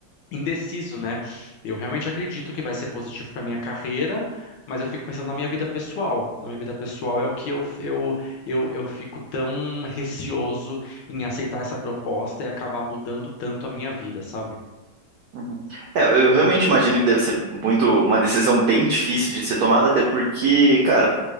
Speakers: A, on the left; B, on the right.
A: indeciso, né? Eu realmente acredito que vai ser positivo para minha carreira, mas eu fico pensando na minha vida pessoal. Na minha vida pessoal é o que eu, eu, eu, eu fico tão receoso em aceitar essa proposta e acabar mudando tanto a minha vida, sabe?
B: Uhum. É, eu realmente imagino que deve ser muito uma decisão bem difícil de ser tomada, até porque, cara,